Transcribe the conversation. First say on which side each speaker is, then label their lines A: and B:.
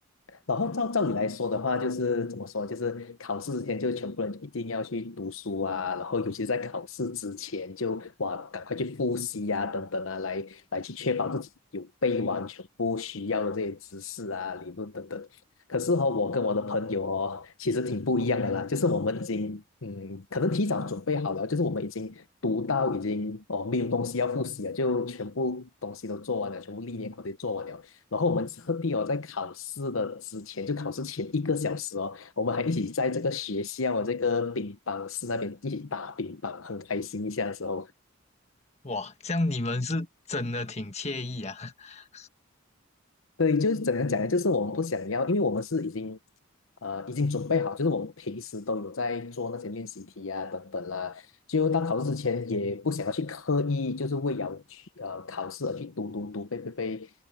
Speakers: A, on the left; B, on the left.
A: 然后照照理来说的话，就是怎么说，就是考试之前就全部人一定要去读书啊，然后尤其在考试之前就哇，赶快去复习呀、等等啊，来来去确保自己有背完全部需要的这些知识啊、理论等等。可是哦，我跟我的朋友哦，其实挺不一样的啦，就是我们已经嗯，可能提早准备好了，就是我们已经读到已经哦没有东西要复习了，就全部东西都做完了，全部历年考题做完了。然后我们特地哦，在考试的之前，就考试前一个小时哦，我们还一起在这个学校这个乒乓室那边一起打乒乓，很开心一下的时候。
B: 哇，这样你们是真的挺惬意啊。<laughs>
A: 对，就是怎样讲呢？就是我们不想要，因为我们是已经，呃，已经准备好，就是我们平时都有在做那些练习题呀、等等啦。就到考试之前，也不想要去刻意，就是为了去呃考试而去读读读背背背，